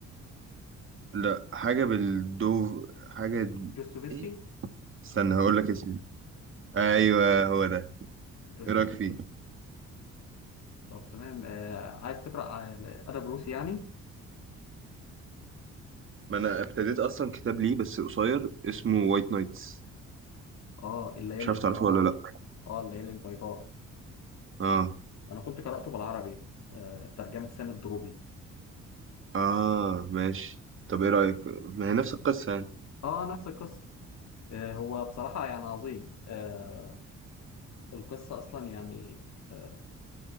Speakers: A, on the right (about 45°); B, on the left (about 60°).
A: لا حاجه بالدوف حاجه د-
B: دوستويفسكي
A: ايه استنى هقول لك اسمه ايوه هو ده
B: دوستويفسكي
A: ايه رايك فيه
B: طب تمام آه عايز تقرأ على أدب روسي يعني؟
A: ما انا ابتديت اصلا كتاب ليه بس قصير اسمه وايت نايتس
B: آه الليالي
A: مش عارف
B: البيضاء
A: تعرفه ولا اه لا
B: آه الليالي البيضاء
A: اه
B: أنا كنت قرأته بالعربي آه ترجمة سامي الدروبي
A: اه ماشي طب ايه رايك ما هي نفس القصه يعني
B: آه نفس القصة آه هو بصراحة يعني عظيم آه القصة أصلا يعني آه,